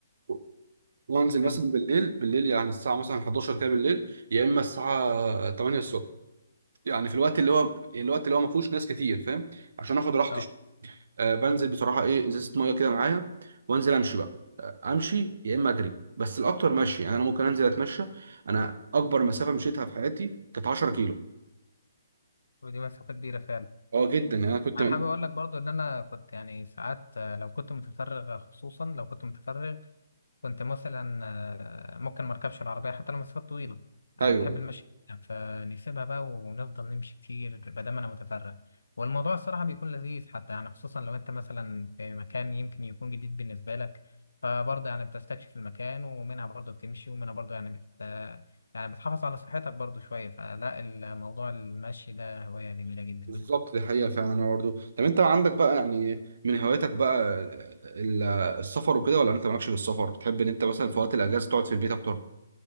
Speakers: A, on the right (about 65°); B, on the left (about 85°).
A: و- وانزل
B: حلو
A: مثلا بالليل بالليل يعني الساعه مثلا 11 كده بالليل يا اما الساعه 8 الصبح يعني في الوقت اللي هو الوقت اللي هو ما فيهوش ناس كتير فاهم عشان اخد راحتي
B: اه
A: آه، بنزل بصراحه ايه ازازه ميه كده معايا وانزل امشي بقى آه، امشي يا اما اجري بس الاكتر مشي يعني انا ممكن انزل اتمشى انا اكبر مسافه مشيتها في حياتي كانت 10 كيلو
B: ودي مسافة كبيرة فعلا
A: اه جدا يعني انا كنت
B: أنا حابب أقول لك برضو إن أنا كنت يعني ساعات آه، لو كنت متفرغ آه، خصوصا لو كنت متفرغ كنت مثلا آه، ممكن مركبش العربية حتى لو مسافات طويلة
A: ايوه
B: أنا بحب المشي جداً، فنسيبها بقى ونفضل نمشي كتير بدل ما دام أنا متفرغ والموضوع الصراحة بيكون لذيذ حتى يعني خصوصا لو أنت مثلا في مكان يمكن يكون جديد بالنسبة لك فبرضه يعني بتستكشف المكان ومنها برضه بتمشي ومنها برضه يعني بت يعني بتحافظ على صحتك برضه شوية فلا الموضوع المشي ده هواية جميلة جدا
A: بالظبط
B: يعني
A: دي حقيقه فعلا انا برضه طب انت عندك بقى يعني من هواياتك بقى آه، ال- السفر وكده ولا انت مالكش في السفر بتحب ان انت مثلا في وقت الاجازه تقعد في البيت اكتر